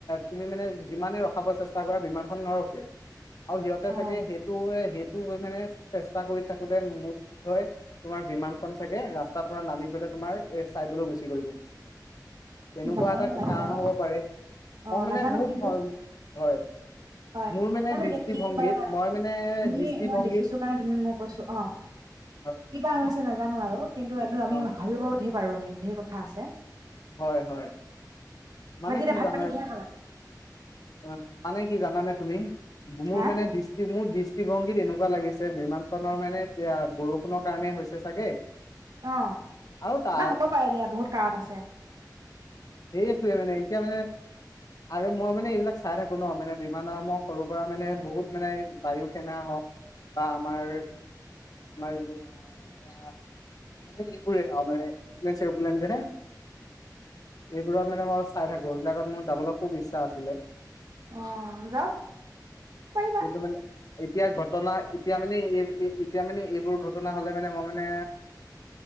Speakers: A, on the left; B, on the right.
A: তুমি মানে যিমানে ৰখাব চেষ্টা কৰা বিমানখন নৰখে আৰু সিহঁতে
B: অ
A: চাগে সেইটোৱে সেইটো মানে চেষ্টা কৰি থাকোতে মোৰ হয় তোমাৰ বিমানখন চাগে ৰাস্তাৰ পৰা নামি পেলায় তোমাৰ এ চাইদলৈ গুচি গ'লগে তেনেকুৱা
B: নাজানো
A: এটা
B: এতিয়া
A: কাৰণ হ'ব পাৰে
B: অ
A: মই মানে
B: নাজানো
A: মোৰ
B: কিন্তু
A: হয়
B: হয়
A: মোৰ মানে
B: নাজানো
A: দৃষ্টিভংগীত
B: এতিয়া কি বা
A: মই মানে
B: তুমি
A: দৃষ্টিভংগীত
B: মই দেখিছো কাৰণে তুমি মই কৈছোঁ অ
A: হয়
B: কিবা হৈছে নেজানো আৰু কিন্তু আমি
A: অ
B: ভাবিব পাৰোঁ আমি ধেই কথা আছে
A: হয় হয় মানে
B: বাকী এতিয়া
A: কি
B: ভাত
A: জানানে
B: পানী কিহে খালা
A: অ মানে কি জানানে তুমি মোৰ
B: হা
A: মানে দৃষ্টি মোৰ দৃষ্টিভংগীত এনেকুৱা লাগিছে, বিমানখনৰ মানে বৰষুণৰ কাৰণে হৈছে চাগে।
B: অ
A: আৰু তাৰ
B: না হ'ব পাৰে দিয়া বহুত কাৰণ আছে।
A: হেত সেইটোয়ে মানে এতিয়া মানে আৰু মই মানে এইবিলাক চাই থাকো ন মানে বিমানৰ মই সৰুৰ পৰা মানে বহুত মানে বায়ু সেনা। ক বা আমাৰ। আমাৰ মানে এইবোৰেই আৱ মানে এৰোপ্লেন চেৰোপ্লেন যে এইবোৰক মানে মই চাই থাকো এইবিলাকত যাবলৈ খুব ইচ্ছা আছিলে।
B: অহ যাব পাৰিবা
A: কিন্তু মানে এতিয়া ঘটনা এতিয়া মানে এই এতিয়া মানে এইবোৰ ঘটনা হ'লে মানে মই মানে।